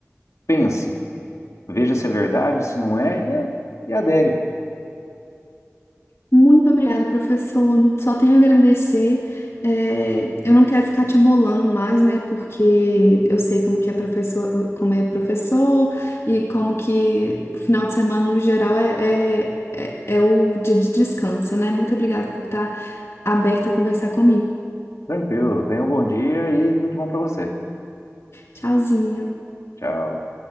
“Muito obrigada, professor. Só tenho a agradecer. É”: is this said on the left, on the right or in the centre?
Left